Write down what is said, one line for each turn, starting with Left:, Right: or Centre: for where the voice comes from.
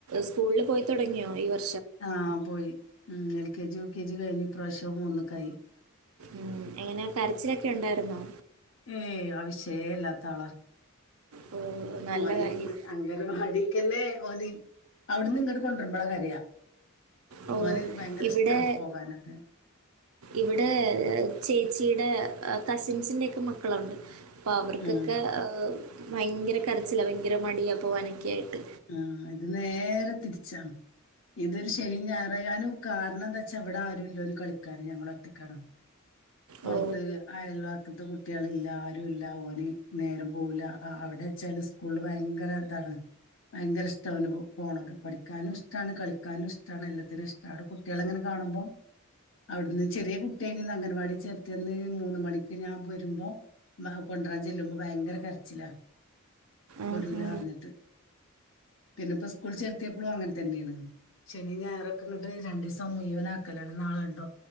Right: സ്കൂളില് പോയി തുടങ്ങിയോ ഇവർ
Left: ആ പോയി ഉം L K G U K G കഴിഞ്ഞ് ഈ പ്രാവശ്യം ഒന്ന് കായി
Right: ഉം എങ്ങനെ കരച്ചിലൊക്കെ ഉണ്ടായിരുന്നോ
Left: ഏയ് ആ വിഷയേയില്ലാത്ത ആളാ
Right: ഓ നല്ല
Left: മോന്
Right: കാര്യം
Left: അങ്കനവാടിക്കന്നേ ഓന് അവിടന്ന് ഇങ്ങട് കൊണ്ടുവരുമ്പഴാ കരയാ
Right: ഓ
Left: ഓന് ഭയങ്കര
Right: ഇവിടെ
Left: ഇഷ്ടാ പോവനൊക്കെ
Right: ഇവിടെ ചേച്ചിയുടെ കസിൻസിൻ്റെ ഒക്കെ മക്കള് ഉണ്ട് അപ്പ അവർക്കൊകെ
Left: ആ
Right: ഒ പ ഭയങ്കര കരച്ചില ഭയങ്കര മടിയാ പോകാനൊക്കെയായിട്ട്
Left: ആഹ് ഇത് നേരെ തിരിച്ചാ ഇതൊരു ശനി ഞായരായാനും കാരണം എന്താ വെച്ചാ എവിടെ ആരുല്ലാലോ കളിക്കാന് ഞങ്ങള് ഒറ്റക്കാണ് പുറത്തു
Right: ഓ
Left: അയൽവക്കത്ത് കുട്ടികളില്ല ആരൂല ഓന് നേരം പോവൂല അവിടെ വച്ചാല് സ്കൂളില് ഭയങ്കര ഇതാണ് ഭയങ്കര ഇഷ്ട്ടാണ് ഓന് പോവണത്തത് പഠിക്കാനും ഇഷ്ട്ടാണ് കളിക്കാനും ഇഷ്ട്ടാണ് എല്ലാത്തിനും ഇഷ്ട്ട അവടെ കുട്ടികളെ ഇങ്ങനെ കാണുമ്പോ അവടെന്ന് ചെറിയ കുട്ടിയായിഞ അങ്കണവാടി ചെർത്തയന്നു മൂന്ന് മണിക്ക് ഞാൻ വരുമ്പോ കൊണ്ടുവരാൻ ചെല്ലുമ്പോ ഭയങ്കര കര ചില പൊരൂലാറിഞ്ഞിട്ട്
Right: ആഹാ
Left: പിന്നെ ഇപ്പൊ സ്കൂളിൽ ചേർത്തിയപ്പോളും അങ്ങനെ തന്നെയാണ് ശനി ഞായർ ഒക്കെ അങ്ങട്ട് രണ്ടു ദിവസം മുഴുവൻ ആക്കലാണ് നാളെ ഇണ്ടോ